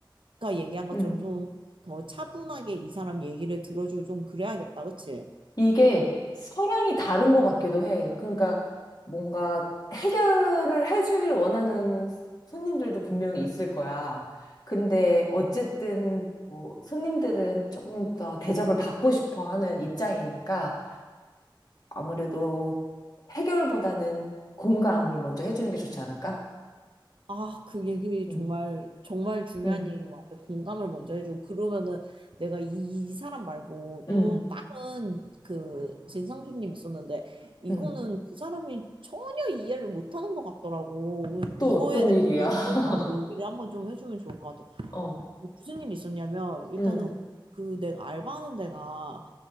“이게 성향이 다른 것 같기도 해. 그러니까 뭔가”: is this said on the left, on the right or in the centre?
Left